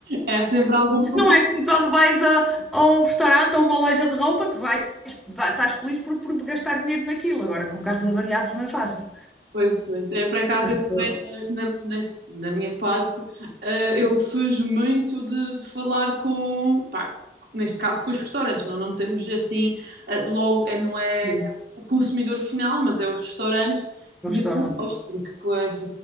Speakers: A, on the right (about 65°); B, in the centre.
A: É sempre algum problema.
B: Não é como quando vais a, a um restaurante ou uma loja de roupa que vais, vai- estás feliz por, por gastar dinheiro naquilo. Agora, com carros avariados não é fácil.
A: Pois, pois. É por acaso
B: Mas,
A: eu também,
B: tô-
A: na, na, nas- na minha parte, eh, eu fujo muito de, de falar com, pá, neste caso com os restaurantes. Não, não temos assim, eh, logo, eh, não é
B: sim,
A: o consumidor final, mas é os restaurantes.
B: no
A: E
B: restaurante.
A: eu não gosto, porque co- as,